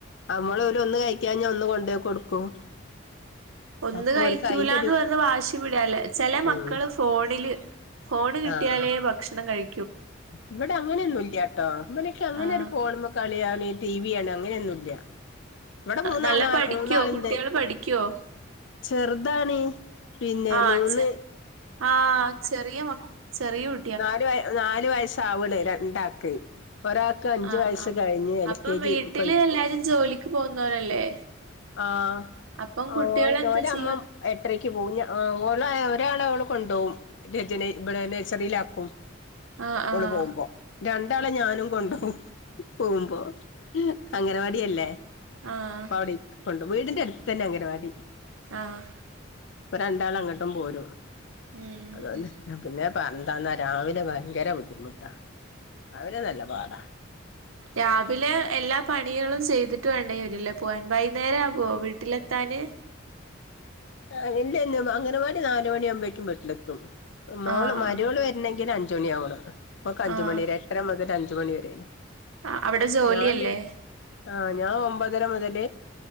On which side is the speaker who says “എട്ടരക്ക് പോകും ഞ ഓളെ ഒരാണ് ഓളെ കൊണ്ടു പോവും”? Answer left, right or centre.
Left